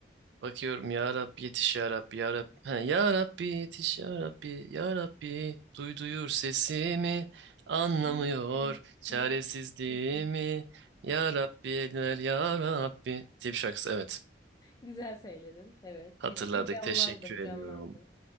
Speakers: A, on the right; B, on the left.
A: Bakıyorum ya Rabbi yetiş ya Rabbi ya Rabbi. Ha, ya Rabbi yetiş ya Rabbi ya Rabbi. Duy duyur sesimi anlamıyor
B: Hmm.
A: çaresizliğimi.
B: Ya Güzel
A: Ya Rabbi eller ya Rabbi. Tip şarkısı evet.
B: Güzel söyledin. Evet.
A: Hatırladık
B: Bir, bir canlandı,
A: teşekkür
B: bir
A: ediyorum.
B: canlandı.